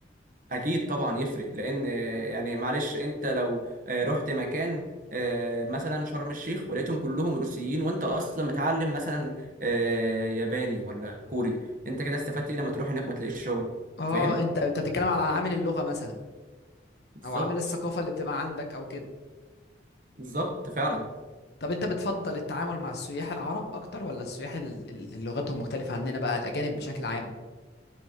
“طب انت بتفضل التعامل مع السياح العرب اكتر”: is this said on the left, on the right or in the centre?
Left